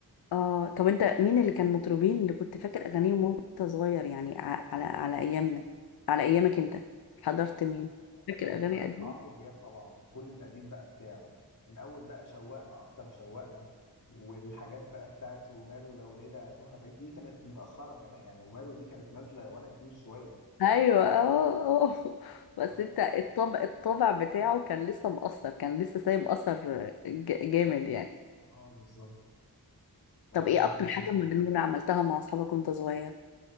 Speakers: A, on the left (about 75°); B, on the left (about 50°).
A: اه طب انت مين اللي كان مطربين اللي كنت فاكر اغانيهم وانت صغير يعني ع- على على ايامنا على ايامك انت حضرت مين فاكر
B: فاكر
A: اغاني قديمه
B: عمرو دياب طبعا كل القديم بقى بتاعه من أول بقى شوقنا أكتر شوقنا والحاجات بقى بتاعت وماله لو ليلة تهنا بعيد دي كانت متأخرة كمان يعني وماله دي كانت نازلة وأنا كبير شوية
A: ايوه اه آه. <laughs> بس
B: اه
A: انت الطبع الطبع بتاعه كان لسه مؤثر كان لسه سايب اثر ج- جامد يعني
B: اه بالظبط واغاني
A: طب ايه اكتر
B: تامر
A: حاجه
B: حسني
A: مجنونه عملتها مع اصحابك وانت صغير